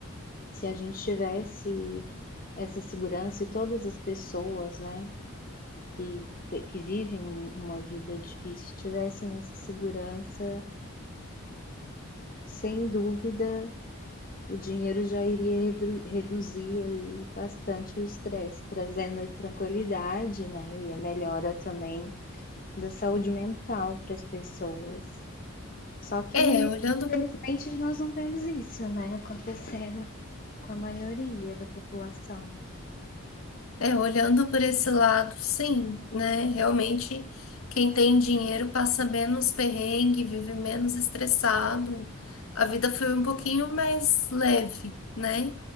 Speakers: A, on the left; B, on the left.
A: Se a gente tivesse essa segurança e todas as pessoas, né, que, te- que vivem um- uma vida difícil tivessem essa segurança, sem dúvida, o dinheiro já iria redu- reduzir aí bastante o estresse, trazendo a tranquilidade, né, e a melhora também da saúde mental para as pessoas. Só que,
B: É, olhando
A: infelizmente, nós não vemos isso, né, acontecendo com a maioria da população.
B: É, olhando por esse lado, sim, né? Realmente, quem tem dinheiro passa menos perrengue, vive menos estressado. A vida foi um pouquinho mais leve, né?